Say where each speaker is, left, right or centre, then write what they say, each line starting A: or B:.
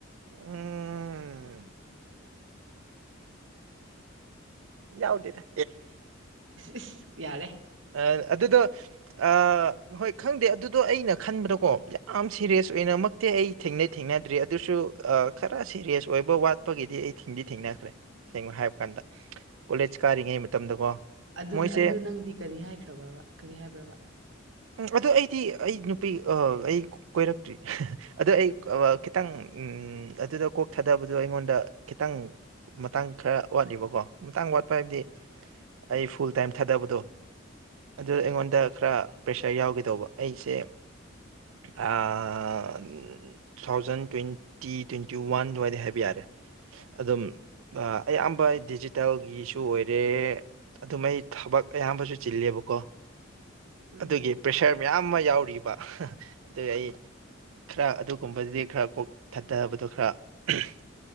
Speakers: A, on the right; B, on the right.
A: ꯎꯝ ꯌꯥꯎꯗꯦꯗ
B: ꯑꯁ ꯏꯁ ꯌꯥꯔꯦ
A: ꯑ ꯑꯗꯨꯗꯣ ꯑ ꯍꯍꯣꯏ ꯈꯪꯗꯦ ꯑꯗꯨꯗꯣ ꯑꯩꯅ ꯈꯟꯕꯗꯀꯣ ꯌꯥꯝ ꯁꯦꯔꯤꯌꯁ ꯑꯣꯏꯅꯃꯛꯇꯤ ꯑꯩ ꯊꯦꯡꯅꯩ ꯊꯦꯡꯅꯗ꯭ꯔꯤ ꯑꯗꯨꯁꯨ ꯑ ꯈꯔ ꯁꯦꯔꯤꯌꯁ ꯑꯣꯏꯕ ꯋꯥꯠꯄꯒꯤꯗꯤ ꯑꯩ ꯊꯤꯡꯗꯤ ꯊꯦꯡꯅꯈ꯭ꯔꯦ ꯁꯦꯡꯅ ꯍꯥꯏꯕ ꯀꯥꯟꯗ ꯀꯣꯂꯦꯖ ꯀꯥꯔꯤꯉꯩ ꯃꯇꯝꯗꯀꯣ
B: ꯑꯗꯨ
A: ꯃꯣꯏꯁꯦ
B: ꯑꯗꯨ ꯅꯪꯗꯤ ꯀꯔꯤ ꯍꯥꯏꯈ꯭ꯔꯕꯕ ꯀꯔꯤ ꯍꯥꯏꯕ꯭ꯔꯕ
A: ꯎꯝ ꯑꯗꯨ ꯑꯩꯗꯤ ꯑꯩ ꯅꯨꯄꯤ ꯑ ꯑꯩ ꯀꯣꯏꯔꯛꯇ꯭ꯔꯤ ꯍꯥ ꯑꯗꯣ ꯑꯩ -ꯑꯥ ꯈꯤꯇꯪ ꯎꯝ ꯑꯗꯨꯗ ꯀꯣꯛ ꯊꯥꯗꯕꯗꯣ ꯑꯩꯉꯣꯟꯗ ꯈꯤꯇꯪ ꯃꯇꯥꯡ ꯈꯔ ꯋꯥꯠꯂꯤꯕꯀꯣ ꯃꯇꯥꯡ ꯋꯥꯠꯄ ꯍꯥꯏꯕꯗꯤ ꯑꯩ ꯐꯨꯜ ꯇꯥꯏꯝ ꯊꯥꯗꯕꯗꯣ ꯑꯗꯨ ꯑꯩꯉꯣꯟꯗ ꯈꯔ ꯄꯩꯁꯥ ꯌꯥꯎꯒꯦ ꯇꯧꯕ ꯑꯩꯁꯦ ꯑ two thousand twenty twenty one ꯑꯗꯨꯋꯥꯏꯗ ꯍꯥꯏꯕ ꯌꯥꯔꯦ ꯑꯗꯨꯝ ꯑꯌꯥꯝꯕ ꯗꯤꯖꯤꯇꯦꯜꯒꯤꯁꯨ ꯑꯣꯏꯔꯦ ꯑꯗꯨꯃꯩ ꯊꯕꯛ ꯑꯌꯥꯝꯕꯁꯨ ꯆꯤꯜꯂꯦꯕꯀꯣ
B: ꯎꯝ
A: ꯑꯗꯨꯒꯤ ꯄ꯭ꯔꯦꯁꯔ ꯃꯌꯥꯝ ꯑꯃ ꯌꯥꯎꯔꯤꯕ ꯑꯍꯥ ꯑꯗꯨ ꯑꯩ ꯈꯔ ꯑꯗꯨꯒꯨꯝꯕꯗꯗꯤ ꯈꯔ ꯀꯣꯛ ꯊꯥꯗꯕꯗꯣ ꯈꯔ <unintelligible>